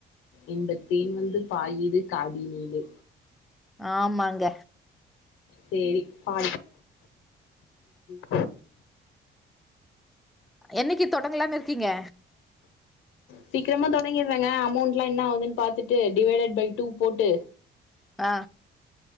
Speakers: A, on the left; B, in the centre.
A: இன்பத்தேன் வந்து பாயுது காதி நீலே
B: ஆமாங்க
A: சேரி பா <inaudible>
B: என்னக்கி தொடங்கலான் இர்க்கீங்க
A: சீக்கிரமா தொடங்கிற்றங்க அமௌண்ட்ல்லா என்ன ஆவுதுன் பாத்துட்டு டிவைடட் ஃபை டூ போட்டு
B: அ